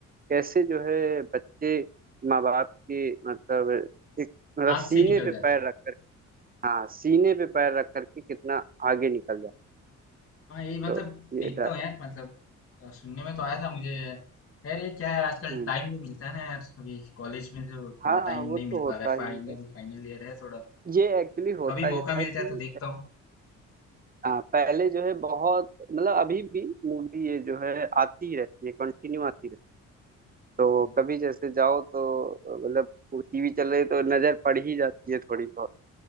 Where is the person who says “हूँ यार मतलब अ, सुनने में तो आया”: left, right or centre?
Left